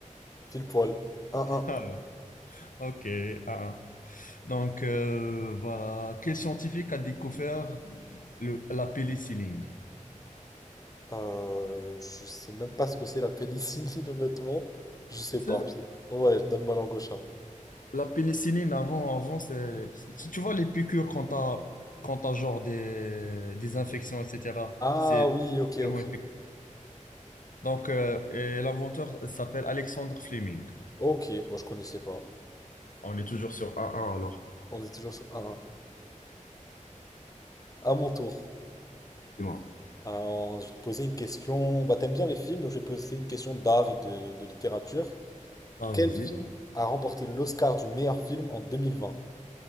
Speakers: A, on the left; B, on the left.
A: Pile poil. Un
B: Ah, ouais. ok. ah. ah. Donc, euh, voilà. Quel scientifique a découvert le- la pénicilline?
A: un. Euh, je sais même pas ce que c'est la pénicilline, <laughs> honnêtement. Je sais
B: C'est
A: pas.
B: vrai?
A: Je- Ouais, je donne ma langue au chat.
B: La pénicilline, avant, avant c'est, c'est- tu tu vois les piqûres quand t'as, quand t'as genre des, des infections, etc.
A: Ah
B: C'est
A: oui, ok,
B: vraiment
A: ok.
B: Donc, euh, et l'inventeur s'appelle Alexandre Fleming.
A: Ok, bon, je connaissais pas.
B: On est toujours sur 1-1 alors.
A: On est toujours sur 1-1. À mon tour.
B: Dis-moi.
A: Alors, je vais te poser une question. Bah, t'aimes bien les films, donc je vais te poser une question d'art et de, de littérature.
B: Ah,
A: Quel
B: vas-y.
A: film a remporté l'Oscar du meilleur film en deux mille vingt